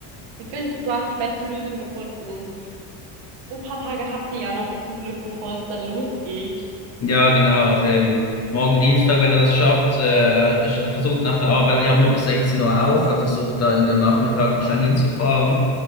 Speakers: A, on the right; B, on the left.
A: ich finde, du hast die beste Lösung gefunden. Ein paar Tage habt ihr ja noch zum Glück, bevor es dann losgeht.
B: Ja, genau. Also eben morgen Dienstag, wenn er das schafft, äh, er sch- er versucht nach der Arbeit, wir haben nur bis 16 Uhr auf, er versucht da irgendwie am Nachmittag noch schnell hinzufahren.